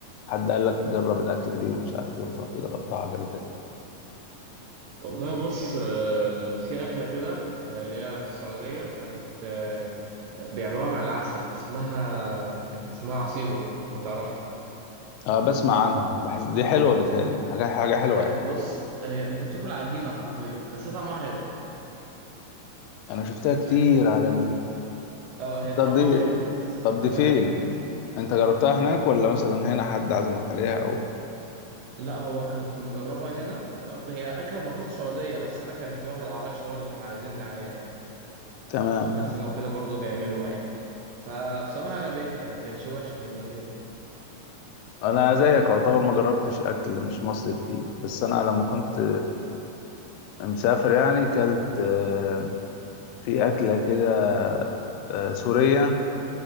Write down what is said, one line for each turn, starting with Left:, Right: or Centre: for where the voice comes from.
Left: حد قال لك جرب الاكله دي ومش عارف ايه وانت رحت جربتها عجبتك
Right: والله بص آه، في اكله كده آه، اللي هي في السعوديه كانت آه، بيعملوها مع العسل اسمها كانت اسمها عصيده لو تعرفها
Left: اه بسمع عنها بحس دي حلوه بتهيألي حاجه حاجه حلوه
Right: آه،
Left: يعني
Right: بص هي انت بتاكل عجينه حرفيا بس هي طعمها حلو
Left: انا شفتها كتير
Right: فاهمني
Left: على النت
Right: اه آه، هي
Left: طب
Right: طعمها
Left: دي
Right: حلو بس
Left: طب
Right: انت بتاكل
Left: دي فين
Right: عجينه
Left: انت جربتها هناك ولا مثلا هنا حد عزمك عليها او
Right: لا هو كنت مجربها هنا تمام هي اكله المفروض سعوديه بس انا كان في واحد عرايش هو اللي كان عازمني عليها يعني
Left: تمام
Right: شمال سيناء وكده برضه بيعملوها يعني فبصراحة عجبتني يعني ما كانتش وحشة كانت جميلة
Left: انا زيك
Right: فاهم
Left: يعتبر ما جربتش اكل مش مصري كتير بس انا لما كنت مسافر يعني كلت آه، في اكله كده آه، سوريه